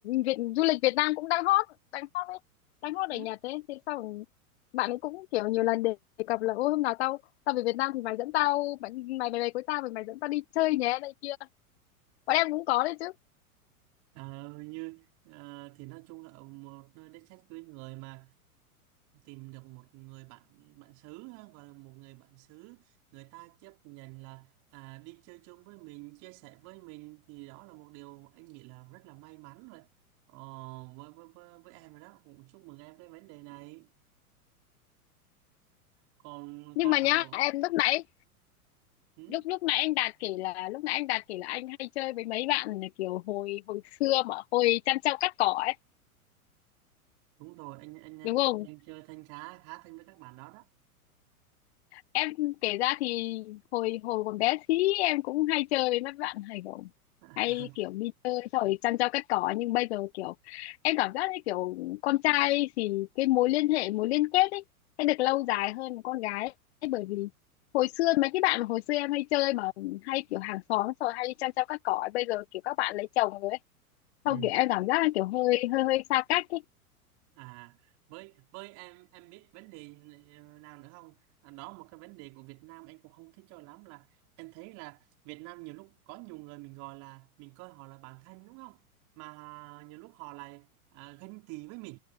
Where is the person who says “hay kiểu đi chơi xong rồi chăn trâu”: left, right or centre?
Left